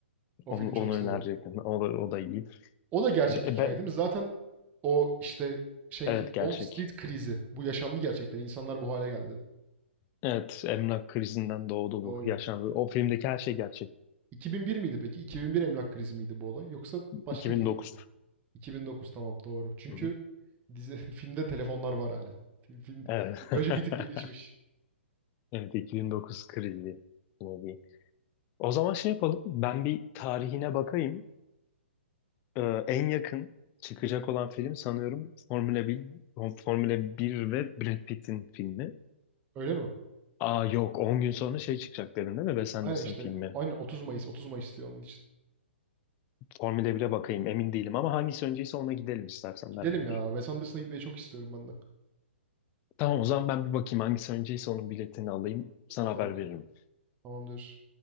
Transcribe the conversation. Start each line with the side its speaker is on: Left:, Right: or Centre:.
Right: O
Left: Onu,
Right: filmi
Left: onu
Right: çok severim.
Left: önerecektim. O da, o da iyi.
Right: O da gerçek
Left: Be,
Right: hikâye
Left: be-
Right: değil mi? Zaten o, işte, şey,
Left: evet
Right: Wall
Left: gerçek.
Right: Street krizi. Bu yaşandı gerçekten. İnsanlar bu hale geldi.
Left: Evet, emlak krizinden doğdu
Right: Doğru.
Left: bu yaşandı. O filmdeki her şey gerçek.
Right: 2001 miydi peki? 2001 emlak krizi miydi bu olay yoksa başka
Left: 2009.
Right: bir yıl mıydı? 2009 tamam, doğru. Çünkü
Left: Hı hı.
Right: dizi <laughs> filmde telefonlar var hala. film
Left: Evet.
Right: teknoloji
Left: <laughs>
Right: bir tık gelişmiş.
Left: Evet, 2009 krizi. Ne diyeyim. O zaman şey yapalım. Ben bir tarihine bakayım. Ee, en yakın çıkacak olan film sanıyorum Formula bir Formula 1 ve Brad Pitt'in filmi.
Right: Öyle mi?
Left: Aa yok 10 gün sonra şey çıkacak dedin değil mi? Wes Anderson
Right: Aynen işte.
Left: filmi.
Right: Aynen 30 Mayıs. 30 Mayıs diyor onun için.
Left: Formula 1'e bakayım emin değilim ama hangisi önceyse ona gidelim istersen
Right: Gidelim
Left: beraber.
Right: ya. Wes Anderson'a gitmeyi çok istiyorum ben de.
Left: Tamam o zaman ben bir bakayım hangisi önceyse onun biletini alayım sana
Right: Bakalım
Left: haber
Right: bir.
Left: veririm.
Right: Tamamdır.